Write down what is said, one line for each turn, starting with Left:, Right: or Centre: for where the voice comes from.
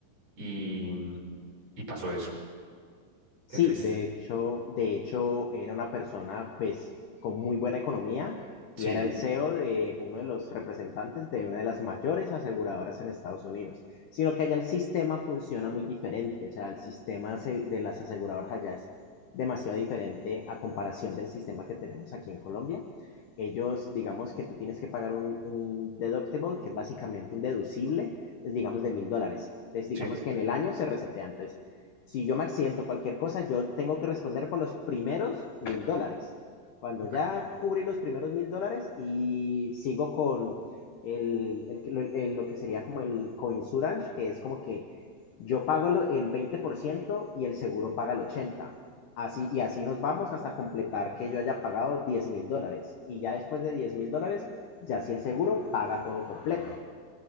Right: Y, y pasó eso. Qué
Left: Sí,
Right: triste.
Left: de hecho, de hecho era una persona pues con muy buena economía
Right: Sí,
Left: y era el CEO de uno de los representantes de una de las mayores aseguradoras en Estados Unidos. Sino que allá el sistema funciona muy diferente, o sea, el sistema se- de las aseguradoras allá es demasiado diferente a comparación del sistema que tenemos aquí en Colombia. Ellos, digamos que tú tienes que pagar un, un deductible, que es básicamente un deducible, pues digamos de mil dólares. Entonces, digamos
Right: sí,
Left: que en el año se resetea. Si yo me accidento cualquier cosa, yo tengo que responder por los primeros mil dólares. Cuando
Right: ok.
Left: ya cubrí los primeros mil dólares y sigo con el, el, lo, el, lo que sería como el coinsurance, que es como que yo pago el 20% y el seguro paga el 80%. Así, y así nos vamos hasta completar que yo haya pagado diez mil dólares. Y ya después de diez mil dólares, ya si el seguro paga todo completo.